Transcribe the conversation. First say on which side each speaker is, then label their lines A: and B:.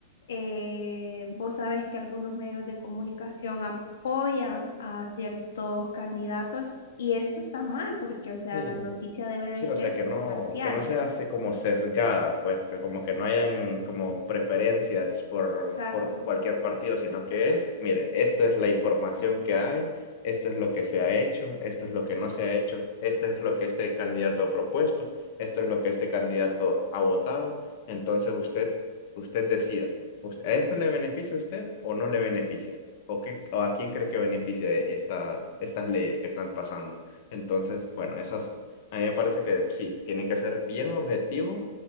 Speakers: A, on the left; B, on the left.
A: Eh, vos sabés que algunos medios de comunicación apoyan a ciertos candidatos y esto está mal porque, o sea,
B: Sí.
A: la noticia debe de
B: Sí, o
A: ser
B: sea, que no,
A: parcial.
B: que no se hace como sesgada, pues, que como que no hayan como preferencias por,
A: Exacto.
B: por cualquier partido, sino que es, mire, esto es la información que hay, esto es lo que se ha hecho, esto es lo que no se ha hecho, esto es lo que este candidato ha propuesto, esto es lo que este candidato ha votado. Entonces usted, usted decida, ¿usted, ¿a esto le beneficia a usted o no le beneficia? ¿O qué, o a quién cree que beneficia esta, estas leyes que están pasando? Entonces, bueno, esas a mí me parece que sí, tiene que ser bien objetivo